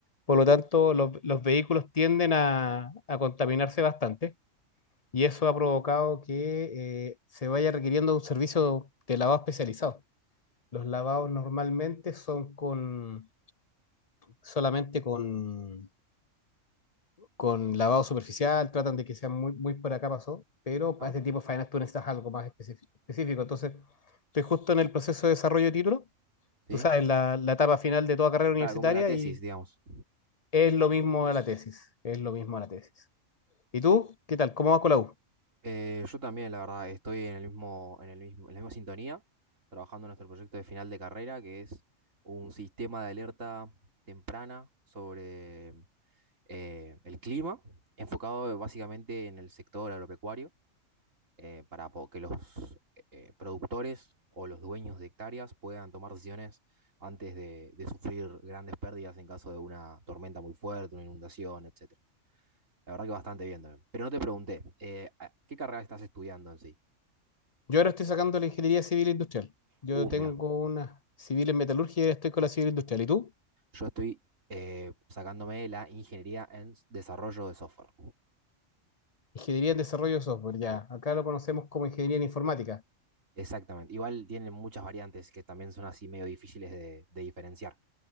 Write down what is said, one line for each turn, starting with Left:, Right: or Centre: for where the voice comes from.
Left: Por lo tanto, los, los vehículos tienden a, a contaminarse bastante y eso ha provocado que eh, se vaya requiriendo un servicio de lavado especializado. Los lavados normalmente son con, solamente con, con lavado superficial, tratan de que sean muy, muy por acá pasó, pero
Right: ajá,
Left: para este tipo de faenas tú necesitas algo más específico. específico. Entonces, estoy justo en el proceso de desarrollo de título
Right: sí.
Left: tú sabes, la, la etapa final de toda carrera universitaria
Right: Claro, como la tesis,
Left: y
Right: digamos.
Left: es lo mismo a la tesis, es lo mismo a la tesis. ¿Y tú? ¿Qué tal? ¿Cómo vas con la U?
Right: Eh, yo también, la verdad, estoy en el mismo, en el mismo, en la misma sintonía, trabajando en nuestro proyecto de final de carrera, que es un sistema de alerta temprana sobre eh, el clima, enfocado básicamente en el sector agropecuario. eh, para po- que los eh, productores o los dueños de hectáreas puedan tomar decisiones antes de, de sufrir grandes pérdidas en caso de una tormenta muy fuerte, una inundación, etcétera. La verdad que bastante bien también. Pero no te pregunté, eh, ¿a- ¿qué carrera estás estudiando en sí?
Left: Yo ahora estoy sacando la ingeniería civil e industrial. Yo
Right: Uh,
Left: tengo
Right: mira,
Left: una civil en metalurgia y ahora estoy con la civil industrial. ¿Y tú?
Right: yo estoy eh, sacándome la ingeniería en s- desarrollo de software.
Left: Ingeniería en desarrollo de software, ya.
Right: Sí,
Left: Acá lo conocemos como ingeniería en informática.
Right: exactamente. Igual tienen muchas variantes que también son así medio difíciles de de diferenciar.